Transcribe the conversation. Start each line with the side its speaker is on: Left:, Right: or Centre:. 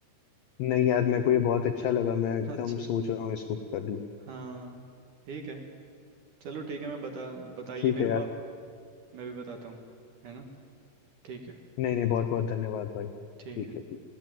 Left: नहीं यार मेरे को ये बहुत अच्छा लगा मैं एकदम
Right: अच्छा
Left: सोच रहा हूँ इसको कर लूँ
Right: हाँ ठीक है चलो ठीक है मैं बता बताइए
Left: ठीक
Right: मेरे
Left: है यार
Right: को आप मैं भी बताता हूँ है ना ठीक है
Left: नहीं नहीं बहुत बहुत धन्यवाद भाई ठीक
Right: ठीक है
Left: है